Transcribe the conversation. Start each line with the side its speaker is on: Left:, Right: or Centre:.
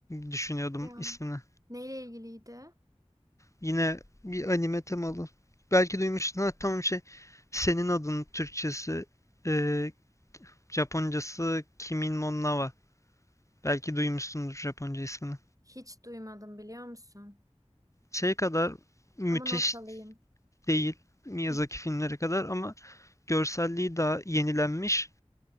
Left: düşünüyordum
Right: Ya
Left: ismini.
Right: Neyle ilgiliydi?
Left: Yine bir anime temalı. Belki duymuşsun ha tamam şey. Senin adın Türkçesi, e, Japoncası Kimin no Na Belki duymuşsundur Japonca ismini.
Right: Hiç duymadım biliyor musun?
Left: Şey kadar müthiş
Right: Ama not alayım.
Left: değil. Miyazaki
Right: <clears throat>
Left: filmleri kadar ama görselliği daha yenilenmiş.